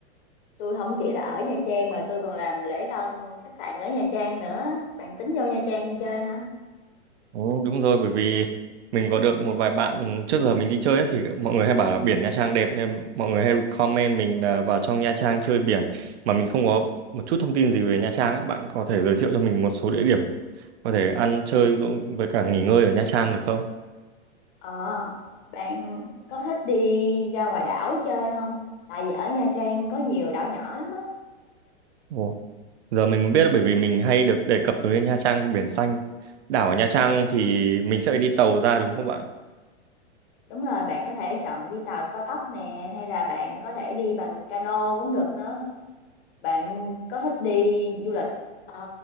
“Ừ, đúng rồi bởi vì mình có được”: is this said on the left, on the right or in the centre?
Right